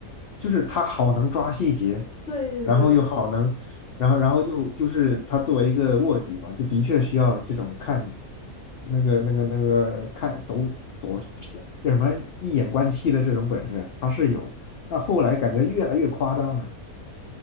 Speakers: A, on the left (about 70°); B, in the centre.
A: 就是他好能抓细节，
B: 对对对，
A: 然后又好能，然后然后又就是他作为一个卧底嘛，就的确需要这种看那个那个那个看走走。叫什么一眼观七的这种本事，他是有，但后来感觉越来越夸张了，